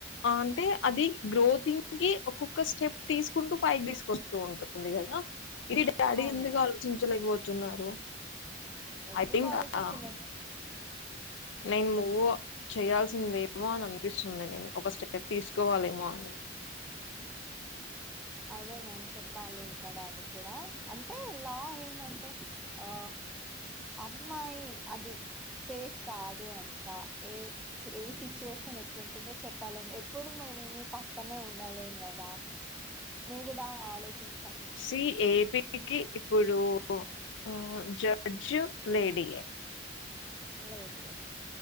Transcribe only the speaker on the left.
అంటే అది గ్రోతిింగ్ కి ఒక్కొక్క స్టెప్ తీసుకుంటూ పైకి తీసుకొస్తూ ఉంటుంది కదా ఇది డాడీ
ఎందుకు
ఆలోచించలేకపోత్ స్తున్నారు
ఐ థింక్
ఆ నిమ్ము చేయాల్సిందేమో అని అనిపిస్తుంది నేను ఒక స్టెప్ తీసుకోవాలేమో అని
సి ఏబికి ఇప్పుడ్ డు ఆ జడ్జ్ లేడీయే